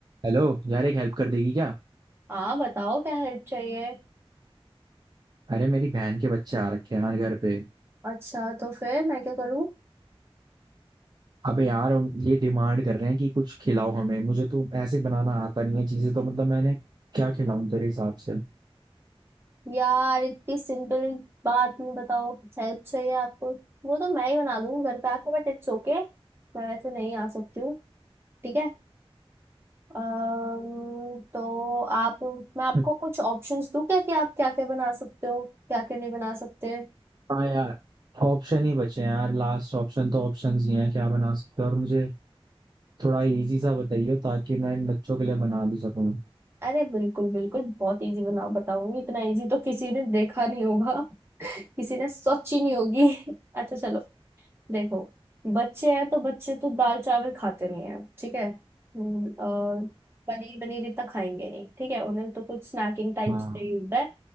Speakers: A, on the right (about 45°); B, on the right (about 25°).
A: Hello यार एक help कर देगी क्या
B: हाँ बताओ क्या हेल्प चाहिए
A: अरे मेरी बहन के बच्चे आ रखे हैं यार घर पे
B: अच्छा तो फिर मैं क्या करूँ
A: अबे यार ये डिमांड कर रहे हैं कि कुछ खिलाओ हमें मुझे तो ऐसे बनाना आता नहीं है चीजें तो मतलब मैंने क्या खिलाऊं तेरे हिसाब से
B: यार इतनी सिंपल बात में बताओ हेल्प चाहिए आपको वो तो मैं ही बना दूंगी घर पे आके बट इट्स ओके मैं वैसे नहीं आ सकती हूँ ठीक है अम्म, तो आप मैं आपको
A: <laughs>
B: कुछ ऑप्शंस दूँ क्या कि आप क्या क्या बना सकते हो क्या क्या नहीं बना सकते
A: हाँ यार ऑप्शन ही बचे हैं यार लास्ट ऑप्शन तो ऑप्शंस ही हैं क्या बना सकते हो और मुझे थोड़ा इजी सा बताइए ताकि मैं इन बच्चों के लिए बना भी सकूं
B: अरे बिल्कुल बिल्कुल बहुत इजी बना बताऊंगी इतना इजी तो किसी ने देखा नहीं होगा <laughs> किसी ने सोची नहीं होगी <laughs> अच्छा चलो देखो बच्चे हैं तो बच्चे तो दाल चावल खाते नहीं है ठीक है हम्म, और पनीर पनीर इतना खाएंगे नहीं ठीक है उन्हें तो कुछ स्नैकिंग टाइप
A: हाँ
B: चाहिए होता है